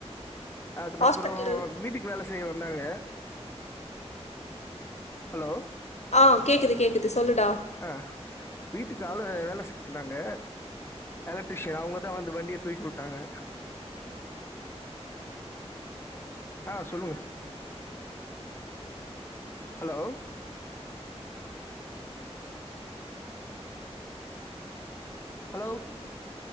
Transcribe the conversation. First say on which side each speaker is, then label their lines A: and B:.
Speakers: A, on the left (about 20°); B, on the left (about 85°).
A: அதுக்கப்புறோ
B: ஹாஸ்பிட்டல்
A: வீட்டுக்கு வேல செய்யவ ந்தாங்க ஹலோ
B: ஆ கேக்குது கேக்குது சொல்லுடா
A: அ வீட்டுக்கு அளவு வேல செய்ய வந்தாங்க எலக்ட்ரிஷியன் அவங்கதா வந்து வண்டியே தூக்கி உட்டாங்க
B: அ
A: ஆ சொல்லுங்க ஹலோ அலோ